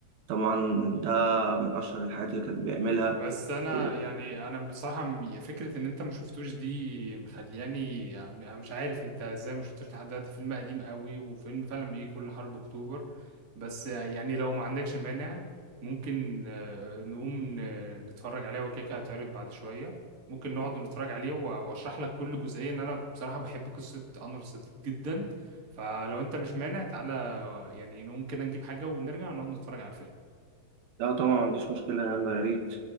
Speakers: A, on the right; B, on the right.
A: طبعا ده من اشهر الحاجات اللي كان بيعملها
B: بس انا
A: و-
B: يعني انا بصراحه م- فكره ان انت ما شفتوش دي مخلياني يعني أنا مش عارف انت ازاي ما شفتوش لحد دلوقتي فيلم قديم قوي وفيلم فعلا بيجي كل حرب اكتوبر بس يعني لو ما عندكش مانع ممكن آه، نقوم ن- نتفرج عليه هو كده كده هيتعرض بعد شويه ممكن نقعد نتفرج عليه و- واشرح لك كل جزئيه ان انا بصراحه بحب قصه انور السادات جدا فلو انت مش مانع تعالى آه، يعني نقوم كده نجيب حاجه ونرجع نقعد نتفرج على الفيلم
A: لا طبعا ما عنديش مشكلة يلا يا ريت